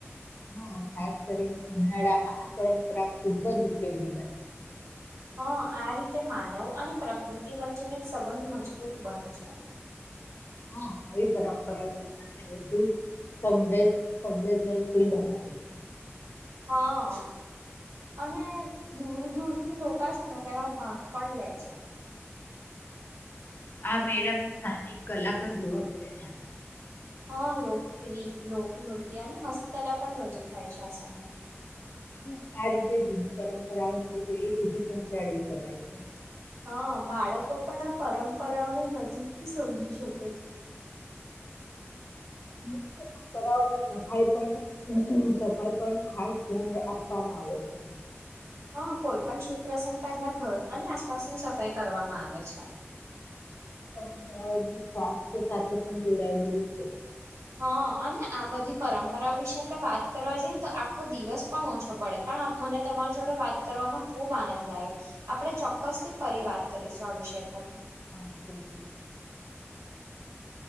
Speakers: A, on the left; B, on the right.
A: હા, ખાસ કરીને ઉનાળા માં આ પરંપરા ખુબ જ ઉપયોગી બની,
B: હા, આ રીતે માનવ અને પ્રકૃતિ વચ્ચેને એક સંબંધ મજબૂત બને છે.
A: હા, આવી પરંપરાઓ સમાજ ને વધુ, સં સંવેરી બનાવે છે.
B: હા અને દૂર દૂરથી લોકો છે ને તેમાં ભાગ પણ લે છે,
A: આ મેળામાં સ્થાનિક કલા પણ જોવા મળે છે, આપ
B: હા લોકગીત લોકનૃત્ય અને હસ્તકલા પણ રજૂ થાય છે, આ સમયે
A: હ આ રીતે જૂની પરંપરાઓ નવી પેઢી સુધી પહોંચાડી શકાય છે.
B: હા બાળકો પણ આ પરંપરાઓને નજીકથી સમજી શકે છે,
A: પણ કરાવ સફાઈ પણ સફાઈ પણ ખાસ ધ્યાન આપવામાં આવે છે,
B: હા, કોઈ પણ શુભ પ્રસંગ પહેલા ઘર અને આસપાસની સફાઈ કરવામાં આવે છે. <inaudible>
A: પરંપરાઓનું સ્વાસ્થ્ય સાથે પણ જોડાયેલું છે,
B: હા અને આ બધી પરંપરાઓ વિશે આપડે વાત કરવા જઈએને તો આખો દિવસ પણ ઓછો પડે, પણ મને તમારા જોડે વાત કરવામાં ખુબ આનંદ આવ્યો આપણે ચોક્કસ થી ફરી વાત કરીશું, આશે છે પણ
A: <unintelligible>